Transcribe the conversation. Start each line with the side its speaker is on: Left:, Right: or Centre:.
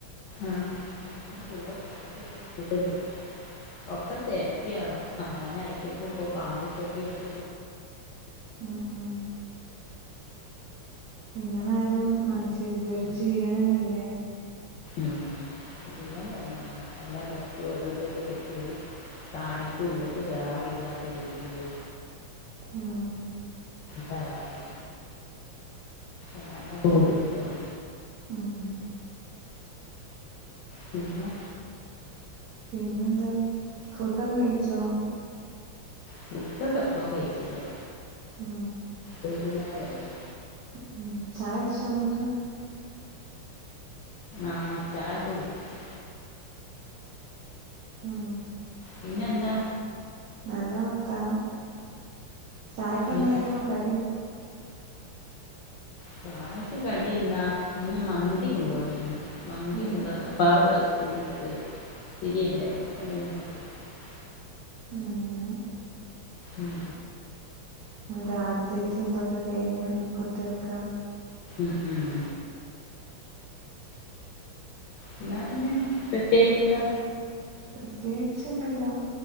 Left: ആഹ്ആ കൂട്ടിക്കൊണ്ട് ഒക്കെ സേഫ്റ്റിയാവാ <inaudible> ഇപ്പൊ പാമ്പ് ശല്യ <inaudible>
Right: ആഹ്ആ എങ്ങനാലും മനുഷ്യര് ഇതൊര് ജീവനല്ലേ
Left: ഉ ശല്യം തന്നെയാണ് എല്ലാം മറ്റും അതിതൊക്കെ കെറ്റിയ ഒരു കാണിക്ക് ഉള്ളിക്ക് കയറാൻ കഴ്യാത്ത രീതിയില്
Right: ആഹ് ം
Left: വേറെ എന്നാലും ഭൂരി ഇട്ടല
Right: ഉംഹ്
Left: പിന്നെ
Right: പിന്നെന്താ ഫുഡൊക്കെ കഴിച്ചോ
Left: ഫുഡോക്കേപ്പൊ കഴിച്ചില്ലേ
Right: ആഹ്ആ
Left: വൈകുന്നേരല്ലേ
Right: ഉംഹ് ചായടിച്ചൊ എന്നിട്ട്
Left: ആഹ് ചായെക്കെ കുടിച്ച്
Right: ഉംഹ്
Left: പിന്നെന്താ
Right: നല്ലാ ത്തനം ചായക്കെന്തായിര്ന്നു
Left: ഇന്നത്തെ
Right: കടീ
Left: ചായക്ക് കടി എന്താ ഇന്ന് മന്തി കൊണ്ട് വന്നു മന്തി
Right: ഏഹ്
Left: കൊണ്ടാന്ന് പ്പ ടുത്ത് <inaudible> ഉണ്ടായിരുന്നു അതിങ്ങനെ <unintelligible>
Right: മ്മ്ഹ് എങ്ങനെ
Left: ഉം
Right: രാട്ത്തേക് എന്തൊക്കെ കഴിഞ്ഞ് കുത്തിരക്കാ
Left: ആഹ് എന്ന പിന്നെ പ്രത്യേകിച്ച് എന്താ
Right: പ്രത്യേച്ച് ഒന്നുല്ല